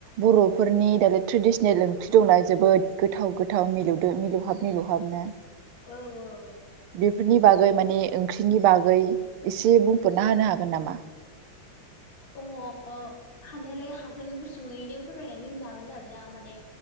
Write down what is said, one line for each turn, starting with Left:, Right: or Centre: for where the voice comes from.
Right: बर'फोरनि दालाय ट्रेडिसनेल ओंख्रि दंना जोबोद गोथाव गोथाव मिलौदो मिलौहाब मिलौहाबना
Left: औ औ
Right: बेफोरनि बागै माने ओंख्रिनि बागै एसे बुंफोरना हो हागोन नामा?
Left: अ हानायालाय हागोन गुसुङैनो फोरमायनानै होनो हागोन आरो दा माने